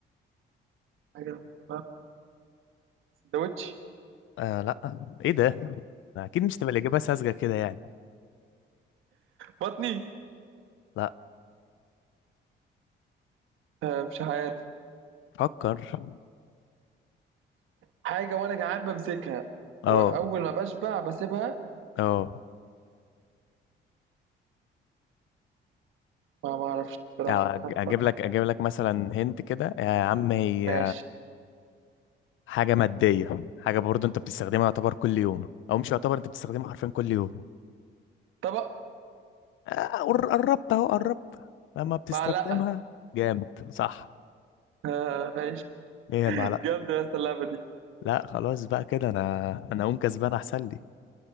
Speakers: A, on the right; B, on the left.
A: حاجة ما- سندوتش
B: آه لا ايه ده اكيد مش تبقى الإجابة ساذجة كده يعني
A: بطني
B: لا
A: آه، مش عارف
B: فكر
A: حاجة وأنا جعان بمسكها
B: اه
A: وأول ما بشبع بسيبها
B: اه
A: ما معرفش بصراحة
B: أو أج-
A: مش عارف
B: اجيب
A: أفكر.
B: لك اجيب لك مثلا هنت كده يا عم هي
A: ماشي
B: حاجة مادية حاجة برضو انت بتستخدمها يعتبر كل يوم او مش يعتبر انت بتستخدمها حرفيا كل يوم
A: طبق
B: آه قر- قربت اهو قربت لما بتستخدمها
A: معلقة
B: جامد صح
A: آه ماشي
B: ايه هي
A: <laughs>
B: المعلقة
A: جامدة يا أسطى اللعبة دي
B: لا خلاص بقى كده انا انا اقوم كسبان احسن لي